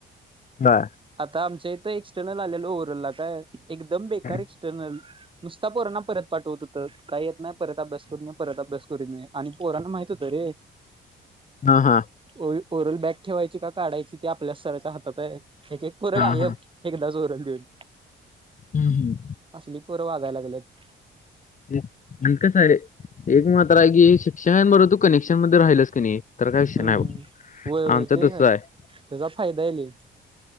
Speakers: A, on the left; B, on the right.
A: हा
B: आता आमच्या इथं एक्स चॅनेल आलेल ओरला काय एकदम बेकार
A: हा
B: एक्स चॅनेल नुसता पोरांना परत पाठवत होत काही येत नाही परत अभ्यास होत नाय परत अभ्यास करू नये आणि पोरांना माहित होतं रे
A: हा हा.
B: ओवी कोरल बॅक ठेवायची का काढायची ते आपल्या सराच्या हातात आहे एक एक पोर गायब
A: हा
B: एकदाच ओरल देऊन....
A: ह ह....
B: असली पोरं वागायला लागल्यात
A: हे कस रे एक मात्र आहे की शिक्षा बरोबर तू कनेक्शन मध्ये राहिल्यास कानी तर काय विषय
B: हम्म
A: नाय बघ
B: होय होय
A: आमचा
B: ते
A: तस
B: काय
A: आहे.
B: त्याचा फायदा आहे लय